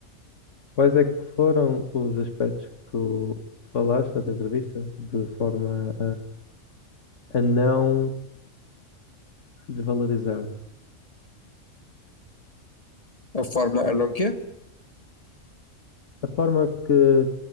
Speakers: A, on the left; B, on the left.
A: Quais é que foram os aspectos que tu falaste na tua entrevista de forma a, a não desvalorizar-te?
B: A forma, a não quê?
A: A forma que